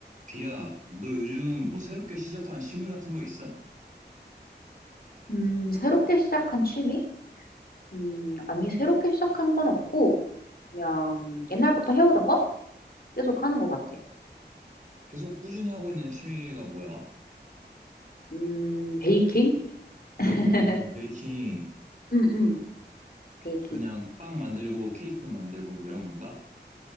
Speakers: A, on the right; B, on the left.
A: 비야, 너 요즘 뭐 새롭게 시작한 취미 같은 거 있어?
B: 음, 새롭게 시작한 취미? 음, 아니, 새롭게 시작한 건 없고, 그냥 옛날부터 해오던 거? 계속 하는 것 같아.
A: 계속 꾸준히 하고 있는 취미가 뭐야?
B: 음, 베이킹? <laughs>
A: 오, 베이킹.
B: 응, 응, 베이킹.
A: 그냥 빵 만들고 케이크 만들고 뭐 이런 건가?